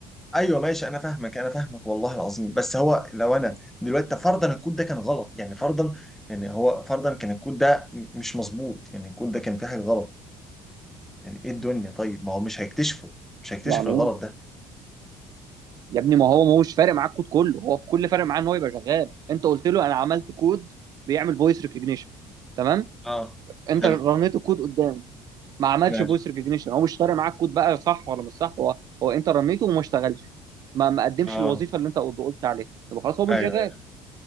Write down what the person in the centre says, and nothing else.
ايوه ماشي انا فاهمك انا فاهمك والله العظيم بس هو لو انا دلوقتي طب فرضا الكود ده كان غلط يعني فرضا يعني هو فرضا كان الكود ده م- مش مظبوط يعني الكود ده كان فيه حاجه غلط يعني ايه الدنيا طيب ما هو مش هيكتشفه مش هيكتشف
الغلط
ده
اه
حلو
ماشي
اه
ايوه
ايوه